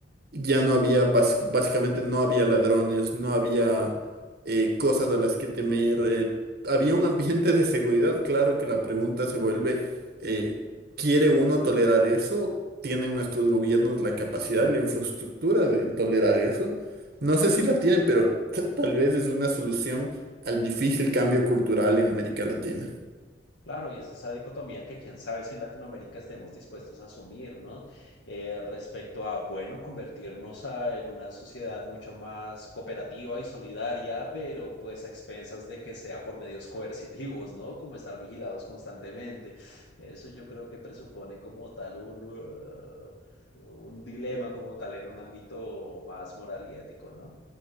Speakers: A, on the right; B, on the left.
A: ya no había, bas- básicamente no había ladrones, no había eh, cosas a las que temer, eh, había un ambiente de seguridad, claro que la pregunta se vuelve, eh, ¿quiere uno tolerar eso? ¿Tienen nuestros gobiernos la capacidad y la infraestructura de tolerar eso? No sé si la tienen, pero <laughs> tal vez es una solución al difícil cambio cultural en América Latina.
B: Claro, y es esa dicotomía que quién sabe si en Latinoamérica estemos dispuestos a asumir, ¿no? Eh, respecto a, bueno, convertirnos a- en una sociedad mucho más cooperativa y solidaria, pero pues a expensas de que sea por medios coercitivos, ¿no? Como estar vigilados constantemente. Eso yo creo que presupone como tal un, uh, un dilema como tal en un ámbito más moral y ético, ¿no?